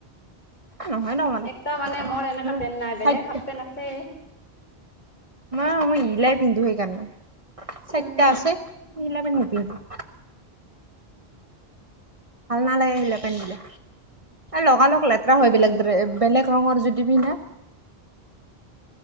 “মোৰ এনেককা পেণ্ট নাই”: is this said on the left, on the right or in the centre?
Left